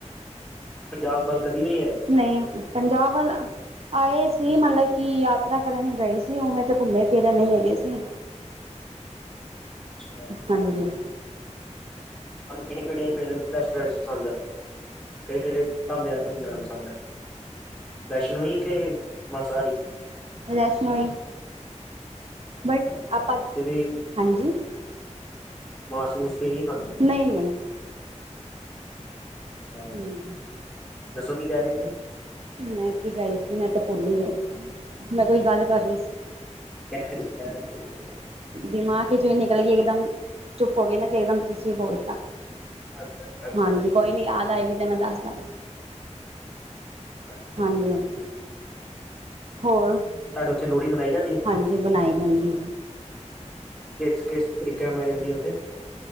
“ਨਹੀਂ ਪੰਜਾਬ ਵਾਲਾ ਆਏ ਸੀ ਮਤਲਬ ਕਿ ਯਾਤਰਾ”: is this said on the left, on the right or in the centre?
Right